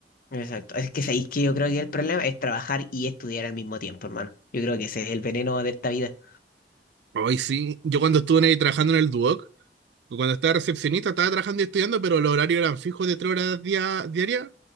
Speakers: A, on the left (about 50°); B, on the right (about 70°).
A: Exacto. Es que sabéis que yo creo que el problema es trabajar y estudiar al mismo tiempo, hermano. Yo creo que ese es el veneno de esta vida.
B: Hoy sí, yo cuando estuve ahí trabajando en el Duoc, cuando estaba recepcionista, estaba trabajando y estudiando, pero los horarios eran fijos de tres horas dia- diarias